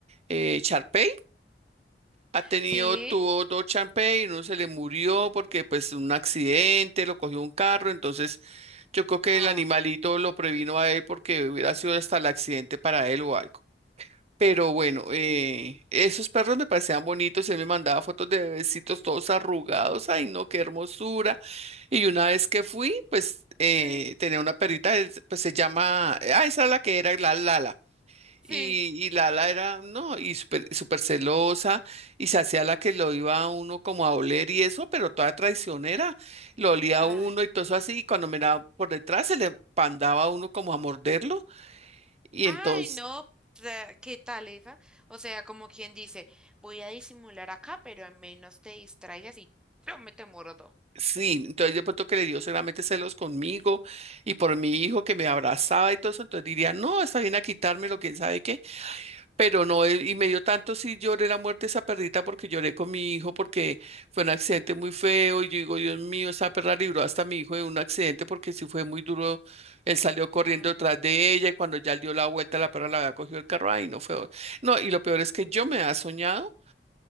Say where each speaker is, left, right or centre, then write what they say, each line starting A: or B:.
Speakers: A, on the right; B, in the centre.
A: eh, Sharpay ha tenido,
B: Sí.
A: tuvo dos Sharpay, uno se le murió porque pues un accidente, lo cogió un carro, entonces yo creo que
B: Oh,
A: el animalito lo previno a él porque hubiera sido hasta el accidente para él o algo. Pero bueno, eh, esos perros me parecían bonitos, él me mandaba fotos de bebecitos todos arrugados, ay no, qué hermosura. Y una vez que fui, pues eh,
B: sí,
A: tenía una perrita, es- pues se llama, ah, esa es la que era, la Lala.
B: sí.
A: Y, y Lala era, no, y súper súper celosa, y se hacía la que lo iba a uno como a oler y eso, pero toda traicionera, lo olía a
B: Ah,
A: uno y todo eso así, y cuando miraba por detrás se le pandaba a uno como a morderlo, y
B: ay,
A: entonces,
B: no, ta- ¿qué tal esa? O sea, como quien dice, voy a disimular acá, pero al menos te distraigas y yo me te muerdo.
A: sí, entonces yo pronto que le dio seguramente celos conmigo y por mi hijo que me abrazaba y todo eso, entonces diría, no, está bien a quitármelo, quién sabe qué, Pero no, eh, y me dio tanto si lloré la muerte de esa perrita porque lloré con mi hijo porque fue un accidente muy feo y yo digo, Dios mío, esa perra libró hasta a mi hijo de un accidente porque sí fue muy duro, él salió corriendo
B: Ah,
A: detrás de ella y cuando ya él dio la vuelta la perra la había cogido el carro, ay, no fue, no, y lo peor es que yo me había soñado